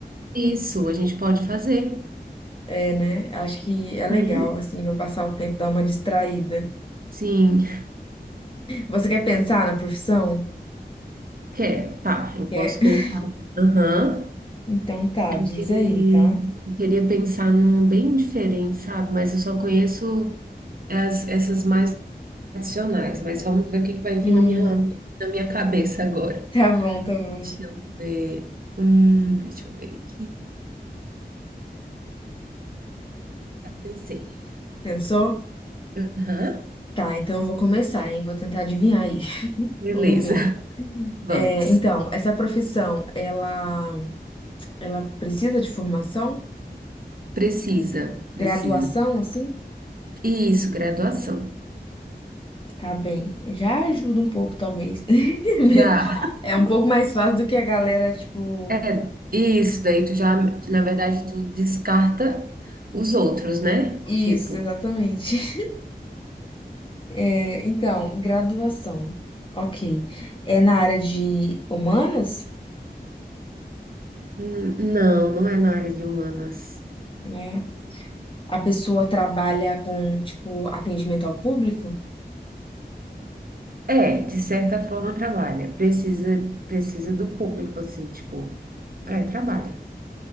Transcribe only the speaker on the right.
Isso, a gente pode fazer.
Hum,
sim,
quero. Tá, eu
posso
pensar aqui. Aham.
Porque
eu queria pensar num bem diferente, sabe? Mas eu só conheço as, essas mais tradicionais. Mas vamos ver o que que vai vir
na minha, na minha cabeça agora.
Deixa eu ver. Hum, deixa eu ver aqui. Tá, pensei.
Aham.
Beleza,
<laughs> vamos.
Precisa, precisa.
Isso, graduação.
Já.
É, isso daí tu já, na verdade, tu descarta os outros, né?
Tipo,
"Hum, não, não é na área de humanas.
É, de certa forma trabalha. Precisa, precisa do público, assim, tipo, é, trabalha.